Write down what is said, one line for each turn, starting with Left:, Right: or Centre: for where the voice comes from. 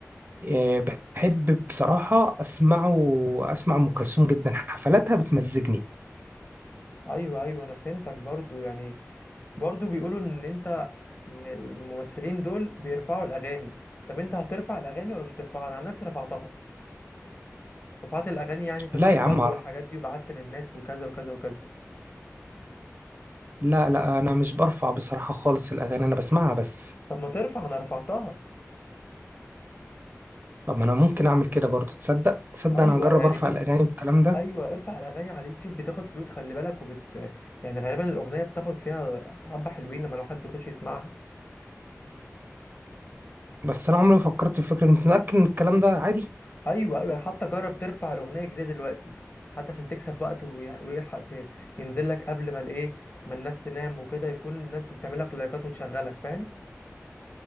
Right: آه، بحب بصراحة أسمعه أسمع أم كلثوم جدا حفلاتها بتمزجني
Left: ايوه ايوه انا فهمتك برضو يعني برضو بيقولوا ان انت ان الممثلين دول بيرفعوا الاغاني طب انت هترفع الاغاني ولا مش هترفعها انا عن نفسي رفعتها رفعت الاغاني يعني في
Right: لا
Left: اللايكات
Right: يا عم
Left: والحاجات دي وبعت للناس وكذا وكذا وكذا
Right: لا لا انا مش برفع بصراحة خالص الاغاني انا بسمعها بس
Left: طب ما ترفع انا رفعتها
Right: طب ما انا ممكن اعمل كده برضو تصدق تصدق
Left: ايوه
Right: انا هجرب
Left: يعني
Right: ارفع
Left: بص
Right: الاغاني والكلام ده
Left: ايوه ارفع الاغاني على اليوتيوب بتاخد فلوس خلي بالك وبت يعني غالبا الاغنيه بتاخد فيها حبه حلوين لما لو حد بيخش يسمعها
Right: بس انا عمري ما فكرت في فكرة انت متأكد ان الكلام ده عادي
Left: ايوه ايوه حتى جرب ترفع الاغنيه الجديده دلوقتي حتى عشان تكسب وقت وي- ويلحق ت- ينزل لك قبل ما الايه ما الناس تنام وكده يكون الناس بتعمل لك لايكات وتشغلك فاهم